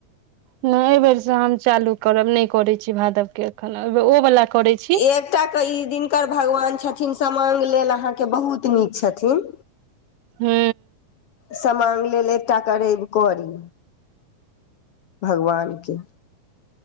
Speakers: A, on the right (about 80°); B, on the left (about 65°).
A: नहि एहि बेर से हम चालू करब नहि करे छी भादव के एखन ओ वला करै छी
B: एकटाके ई दिनकर भगवान छथिन समांग लेल अहाँके बहुत नीक छथिन
A: हू
B: समाग लेल एकटा क रवि क ली भगवानके